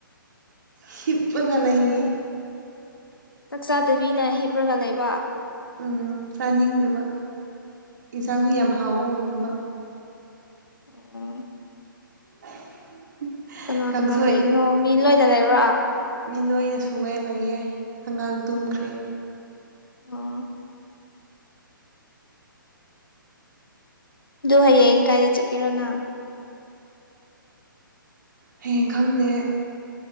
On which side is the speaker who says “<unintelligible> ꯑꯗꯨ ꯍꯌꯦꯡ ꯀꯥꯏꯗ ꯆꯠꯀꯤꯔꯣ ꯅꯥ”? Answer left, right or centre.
Left